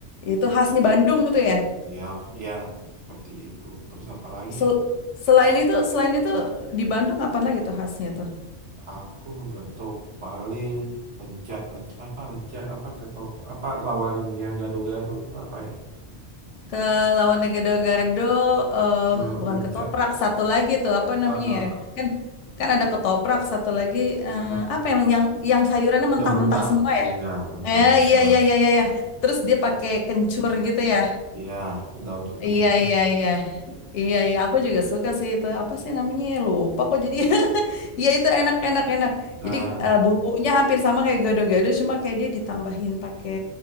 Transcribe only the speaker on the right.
ya ya seperti itu. Terus apa lagi
ya?
Aku nggak tahu paling lenca, lenca apa lenca apa ketoprak apa lawannya gado-gado itu apa ya?
Eh,
Lenca,
ah, ah,
eh,
yang mentah,
iya
mentah-mentah,
iya daun ketumbar.
Nah,